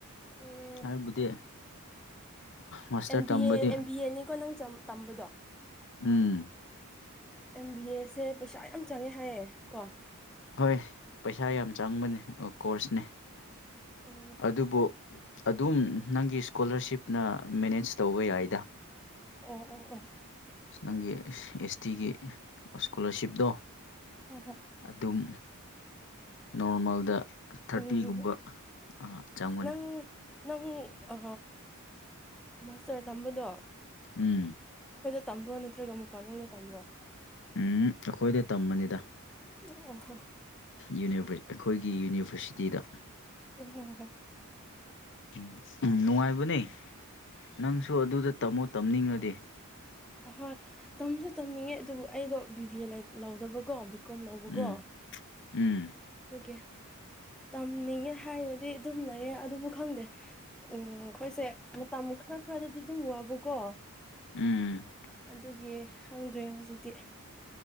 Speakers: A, in the centre; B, on the left.
A: ꯎꯝ
B: ꯍꯥꯏꯕꯨꯗꯤ ꯃꯥꯁꯇꯔ
A: ꯑꯦꯝ ꯕꯤ
B: ꯇꯝꯕꯗꯤ
A: ꯑꯦ ꯑꯦꯝ ꯕꯤ ꯑꯦꯅꯤꯀꯣ ꯅꯪ ꯇꯝꯕꯗꯣ
B: ꯎꯝ
A: ꯑꯦꯝꯕꯤ ꯑꯦꯁꯦ ꯄꯩꯁꯥ ꯌꯥꯝ ꯆꯪꯉꯦ ꯍꯥꯏꯌꯦ ꯀꯣ
B: ꯍꯣꯏ ꯄꯩꯁꯥ ꯌꯥꯝ ꯆꯪꯕꯅꯤ ꯀꯣꯔꯁꯅꯦ
A: ꯎꯝ
B: ꯑꯗꯨꯕꯨ ꯑꯗꯨꯝ ꯅꯪꯒꯤ ꯏꯁꯀꯣꯂꯔꯁꯤꯞꯅ ꯃꯦꯅꯦꯖ ꯇꯧꯕ ꯌꯥꯏꯗ
A: ꯑꯣ ꯑꯣꯝ ꯑꯣꯝ
B: ꯅꯪꯒꯤ ꯑꯦꯁ ꯇꯤꯒꯤ ꯏꯁꯀꯣꯂꯥꯔꯁꯤꯞꯇꯣ
A: ꯍꯝ ꯍꯝ
B: ꯑꯗꯨꯝ ꯅꯣꯔꯃꯦꯜꯗ ꯊꯥꯔꯇꯤꯒꯨꯝꯕ
A: ꯎꯝ
B: ꯆꯪꯒꯅꯤ
A: ꯅꯪ ꯅꯪ ꯑ ꯃꯥꯁꯇꯔ ꯅꯝꯕꯗꯣ
B: ꯎꯝ
A: ꯇꯝꯕ꯭ꯔꯣ ꯅꯠꯇ꯭ꯔꯒ ꯃꯄꯥꯟꯔꯣꯗ ꯇꯝꯕ꯭ꯔꯣ
B: ꯎꯝ ꯑꯩꯈꯣꯏꯗ ꯇꯝꯕꯅꯤꯗ
A: ꯑꯣ ꯍꯣ
B: ꯌꯨꯅꯤꯚꯔ ꯑꯩꯈꯣꯏꯒꯤ ꯌꯨꯅꯤꯕꯔꯁꯤꯇꯤꯗ
A: ꯎ
B: ꯎꯝ ꯎꯝ ꯅꯨꯡꯉꯥꯏꯕꯅꯦ ꯅꯪꯁꯨ ꯑꯗꯨꯗ ꯇꯝꯃꯣ ꯇꯝꯅꯤꯡꯉꯗꯤ
A: ꯍꯣꯏ ꯇꯝꯁꯨ ꯇꯝꯅꯤꯡꯉꯦ ꯑꯗꯨꯕꯨ ꯑꯩꯗꯣ ꯕꯤꯕꯤ ꯂꯧꯗꯕꯀꯣꯕꯤ ꯀꯣꯝꯅꯧꯕꯀꯣ
B: ꯎꯝ ꯎꯝ
A: ꯀ ꯇꯝꯅꯤꯡꯉꯦ ꯍꯥꯏꯅꯗꯤ ꯑꯗꯨꯝ ꯂꯩꯌꯦ ꯑꯗꯨꯕꯨ ꯈꯪꯗꯦ ꯎꯝ ꯑꯩꯈꯣꯏꯁꯦ ꯇꯈ꯭ꯔꯦ ꯈ ꯈꯋꯥꯗꯗꯤꯗꯤ ꯍꯨꯉꯕꯨ ꯀꯣ
B: ꯎꯝ
A: ꯑꯗꯨꯒꯤ ꯈꯪꯗ꯭ꯔꯦ ꯍꯧꯖꯤꯛꯇꯤ